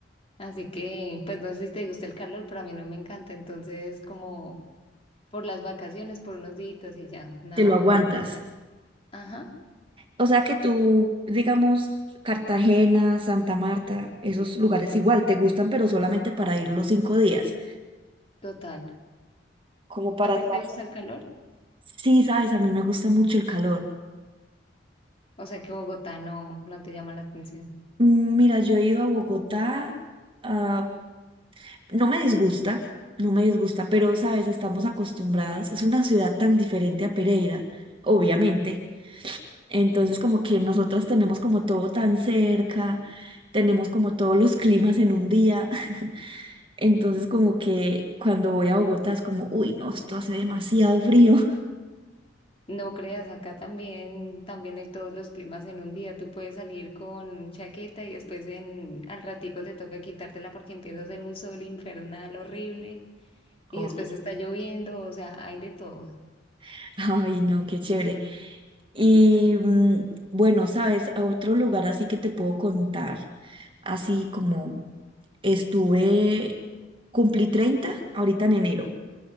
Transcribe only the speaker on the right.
Te lo aguantas.
O sea que tú, digamos, Cartagena, Santa Marta, esos lugares igual te gustan, pero solamente para ir los cinco días,
como para
estar.
Sí, sabes, a mí me gusta mucho el calor.
Mm, Mira, yo he ido a Bogotá, ah, no me disgusta, no me disgusta, pero sabes, estamos acostumbradas, es una ciudad tan diferente a Pereira, obviamente. Entonces, como que nosotras tenemos como todo tan cerca, tenemos como todos los climas en un día. <laughs> Entonces como que cuando voy a Bogotá es como, uy, no, esto hace demasiado frío.
Oh,
<laughs> Ay, no, qué chévere. Y mm, bueno, sabes, a otro lugar así que te puedo contar, así como estuve, cumplí 30 ahorita en enero